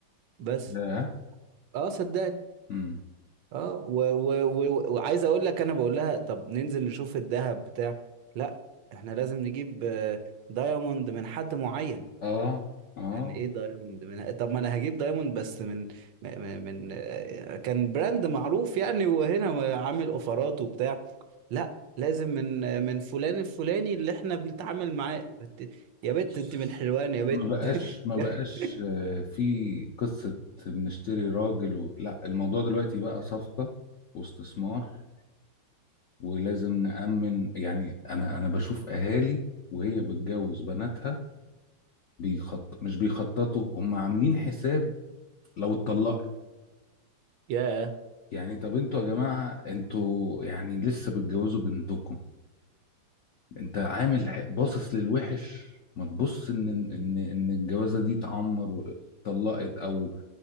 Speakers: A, on the right; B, on the left.
A: بس
B: لا
A: اه صدقني
B: امم
A: اه و... و... و... وعايز اقول لك انا بقول لها طب ننزل نشوف الذهب بتاع لا احنا لازم نجيب آه، دايموند من حد معين
B: اه اه
A: يعني ايه دايموند من طب ما انا هجيب دايموند بس من م- م- من آه، كان براند معروف يعني وهنا عامل اوفرات وبتاع لا لازم من آه، من فلان الفلاني اللي احنا بنتعامل معاه بت- يا بت
B: بص،
A: انت من حلوان يا بت
B: ما بقاش ما
A: <laughs>
B: بقاش آه، في قصة بنشتري راجل و... لا الموضوع دلوقتي بقى صفقة واستثمار ولازم نأمن يعني أنا أنا بشوف أهالي وهي بتجوز بناتها بيخط... مش بيخططوا هم عاملين حساب لو اتطلقت
A: ياه
B: يعني طب انتوا يا جماعة انتوا يعني لسه بتجوزوا بنتكم انت عامل ح- باصص للوحش ما تبص ان ان ان الجوازه دي اتعمر واتطلقت او